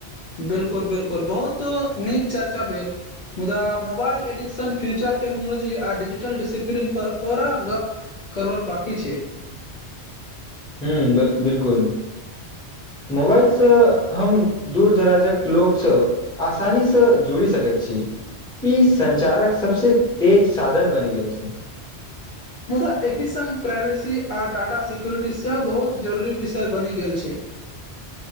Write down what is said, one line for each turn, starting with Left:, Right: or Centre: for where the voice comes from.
Left: बिलकुल बिलकुल बहुत नीक चर्चा भेल मुदा मोबाइल एडिक्शन फ्यूचर टेक्नोलॉजी आ डिजिटल डसिप्लीन पर आउरो गप करब बाकी छै
Centre: हँ बिलकुल मोबाइलसँ हम दूर दराजक लोकसँ आसानीसँ जुड़ि सकैत छी ई संचारक सबसे तेज साधन बनि गेल छै
Left: मुद्दा एहि संग प्राइवेसी आ डाटा सिक्यूरिटी सेहो बहुत जरूरी विषय बनि गेल छै